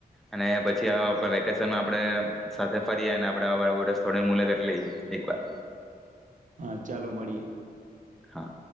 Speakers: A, in the centre; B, on the right (about 55°).
A: અને પછી અ વેકેશનમાં આપડે સાથે ફરીએ ને આપડે આવા બધા સ્થળો મુલાકાત‌ લઈએ. એક વાર
B: હા ચાલો મળીએે.
A: હા.